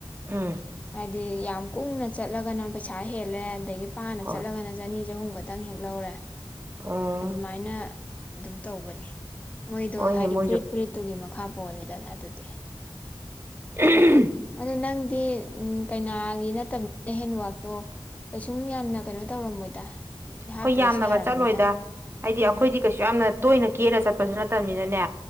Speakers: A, on the right (about 25°); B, on the left (about 15°).
A: ꯎꯝ
B: ꯍꯥꯏꯗꯤ ꯌꯥꯝ ꯀꯨꯡꯅ ꯆꯠꯂꯒꯅ ꯄꯩꯁꯥ ꯍꯦꯜꯂꯦ ꯑꯗꯩꯒꯤ ꯄꯥꯅ
A: ꯍꯣꯏ
B: ꯆꯠꯂꯒꯅ ꯆꯅꯤ ꯆꯍꯨꯝ ꯈꯤꯇꯪ ꯍꯦꯛ ꯂꯧꯔꯦ
A: ꯑꯣ
B: ꯑꯗꯨꯃꯥꯏꯅ ꯑꯗꯨꯝ ꯇꯧꯕꯅꯤ ꯃꯣꯏꯗꯣ
A: ꯍꯣꯏꯅꯦ
B: ꯍꯥꯏꯗꯤ
A: ꯃꯣꯏꯁꯨ
B: ꯐꯨꯔꯤꯠ ꯐꯨꯔꯤꯠꯇꯨꯒꯤ ꯃꯈꯥ ꯄꯣꯜꯂꯦꯗꯅ ꯑꯗꯨꯗꯤ
A: ꯎꯝ
B: ꯑꯗꯨ ꯅꯪꯗꯤ ꯎꯝ ꯀꯩꯅꯥꯒꯤ ꯅꯠꯇꯕꯗꯅ ꯍꯦꯟꯋꯥꯛꯇꯣ ꯀꯩꯁꯨꯝ ꯌꯥꯝꯅ ꯀꯩꯅꯣ ꯇꯧꯔꯝꯃꯣꯏꯗ
A: ꯑꯩꯈꯣꯏ
B: ꯍꯥꯞꯇ꯭ꯔꯁꯨ
A: ꯌꯥꯝꯅꯒ
B: ꯌꯥꯔꯝꯅꯤꯗ
A: ꯆꯠꯂꯣꯏꯗ ꯍꯥꯏꯗꯤ
B: ꯎꯝ
A: ꯑꯩꯈꯣꯏꯗꯤ ꯀꯩꯁꯨ ꯌꯥꯝꯅ ꯇꯣꯏꯅ ꯀꯦꯔ ꯆꯠꯄꯁꯨ ꯅꯠꯇꯕꯅꯤꯅꯅꯦ